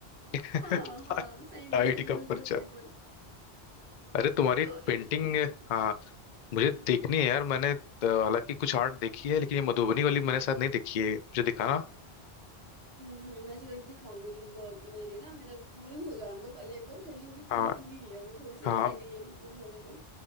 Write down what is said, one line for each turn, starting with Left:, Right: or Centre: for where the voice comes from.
Left: <laughs>
Right: हाँ हाँ सही
Left: टाइड
Right: है सही
Left: का
Right: बिल्कुल
Left: प्रचार
Right: सही बोल
Left: अरे तुम्हारी
Right: तो
Left: पेंटिंग
Right: इत,
Left: हाँ मुझे देखनी है यार मैंने तो हालांकि कुछ आर्ट देखी है लेकिन ये मधुबनी वाली मैंने शायद नहीं देखी है मुझे दिखाना
Right: हम्म हम्म, मैं जरूर दिखाऊंगी तुमको अब मेरी ना मतलब पूरी हो जान दो पहले एक बार थोड़ी अभी
Left: हाँ
Right: पूरी हुई नहीं है वो थोड़ी सी
Left: हाँ
Right: रह गई है अभी पूरी होने में